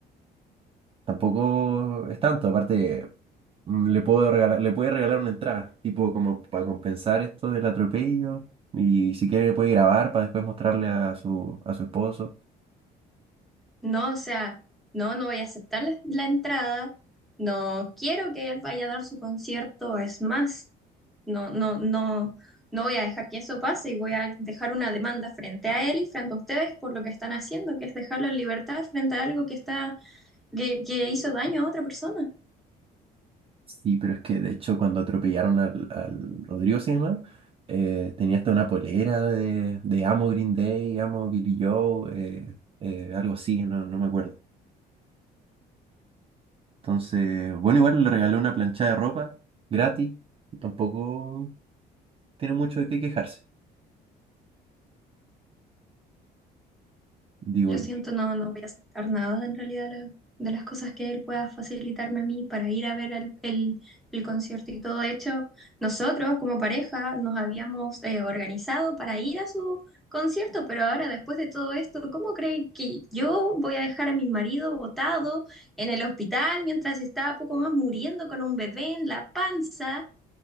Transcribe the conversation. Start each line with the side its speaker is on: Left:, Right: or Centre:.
Right: Tampoco es tanto, aparte mm, le puedo regalar, le puede regalar una entrada, tipo como para compensar esto del atropello. Y si quiere puede grabar para después mostrarle a su, a su esposo.
Centre: No, o sea, no, no voy a aceptar la la entrada, no quiero que él vaya a dar su concierto, es más, no, no, no, no voy a dejar que eso pase y voy a dejar una demanda frente a él y frente a ustedes por lo que están haciendo, que es dejarlo en libertad frente a algo que está, que, que hizo daño a otra persona.
Right: Sí, pero es que de hecho cuando atropellaron al, al Rodrigo se llama, eh, tenía hasta una polera de, de Amo Green Day, Amo Billy Joe, eh, eh, algo así, no, no me acuerdo. Entonces, bueno, igual le regaló una plancha de ropa gratis, tampoco tiene mucho de qué quejarse, digo,
Centre: Lo
Right: yo.
Centre: siento, no, no voy a aceptar nada en realidad de, la- de las cosas que él pueda facilitarme a mí para ir a ver al- el, el concierto y todo. De hecho, nosotros como pareja nos habíamos eh, organizado para ir a su concierto, pero ahora después de todo esto, ¿cómo creen que yo voy a dejar a mi marido botado en el hospital mientras está poco más muriendo con un bebé en la panza?